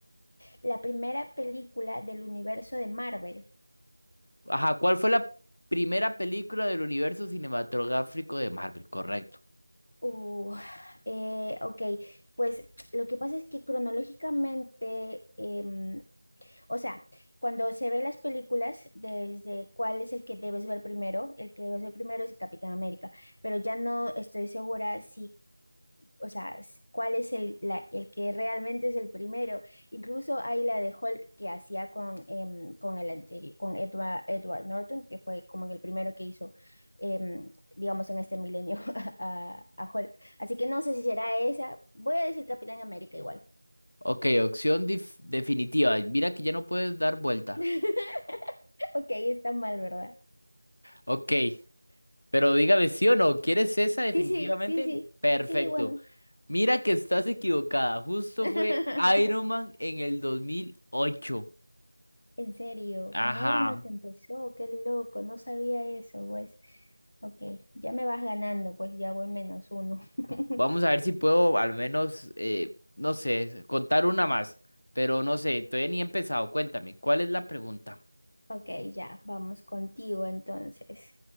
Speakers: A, on the left (about 60°); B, on the left (about 75°).
A: La primera película del universo de Marvel.
B: Ajá, ¿cuál fue la primera película del universo cinematográfico de Marvel? Correcto.
A: Uh, eh, ok, pues lo que pasa es que cronológicamente, em, o sea, cuando se ve las películas, desde cuál es el que debes ver primero, el que debes ver primero es Capitán América, pero ya no estoy segura si o sea, s- cuál es el, la- el que realmente es el primero. Incluso hay la de Hulk que hacía con, em, con el anterior, con Edward, Edward Norton, que fue como que el primero que hizo, em, digamos, en este milenio <laughs> a, a Hulk. Así que no sé si será esa. Voy a decir Capitán América igual.
B: Ok, opción dif- definitiva. Mira que ya no puedes dar vuelta.
A: <laughs> Ok, está mal, ¿verdad?
B: Ok, pero dígame sí o no, ¿quieres esa definitivamente?
A: Sí, sí, sí, sí.
B: Perfecto.
A: Sí, bueno.
B: Mira que estás equivocada. Justo
A: <laughs>
B: fue Iron Man en el 2008.
A: En serio, con
B: Ajá.
A: Iron Man se empezó, qué loco, no sabía eso, pues. Ok, ya me vas ganando, pues ya voy menos uno. <laughs>
B: Vamos a ver si puedo al menos, eh, no sé, contar una más. Pero no sé, todavía ni he empezado. Cuéntame, ¿cuál es la pregunta?
A: Ok, ya, vamos contigo entonces.